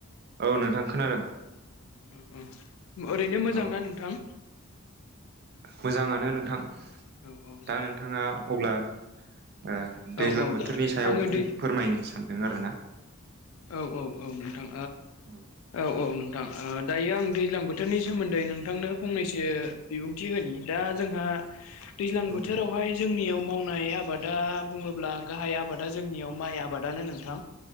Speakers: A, on the right (about 50°); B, on the left (about 75°).
A: औ नोंथां खोनादों।
B: ओ ओम ओरैनो मोजांना
A: औ
B: नोंथां?
A: मोजाङानो नोंथां
B: औ औ
A: दा नोंथाङा अब्ला ओ दैज्लां
B: औ औ
A: बोथोरनि
B: दा
A: सायाव
B: आङो दै
A: फोरमायनो सानदों आरो ना
B: औ औ औ नोंथां
A: औ
B: ओ औ औ नों थां ओ दायो आं दैज्लां बोथोरनि सोमोन्दै नोंथांनो फंनैसो बिबुंथि होनि दा जोंहा। दैज्लां
A: औ
B: बोथोरावहाय
A: दे
B: जोंनियाव मावनाय आबादा बुङोब्ला गाहाय आबादा जोंनियाव माइ आबादानो